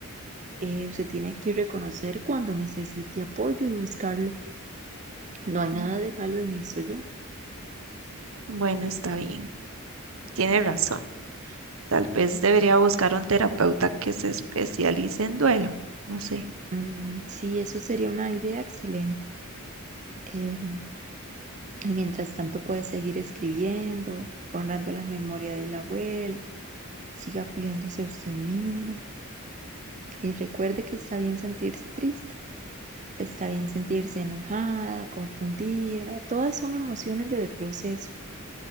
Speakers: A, on the right; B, on the right.
A: eh, usted tiene que reconocer cuando necesite apoyo y buscarlo. No hay nada
B: Mm,
A: de malo en eso, yo.
B: Bueno, está bien, tiene razón. Tal vez debería buscar un terapeuta que se especialice en duelo, no sé.
A: Mm, sí, eso sería una idea excelente. Eh, y mientras tanto, puede seguir escribiendo, honrando la memoria de la abuela. Siga cuidándose usted misma y recuerde que está bien sentirse triste, está bien sentirse enojada, confundida. Todas son emociones del proceso.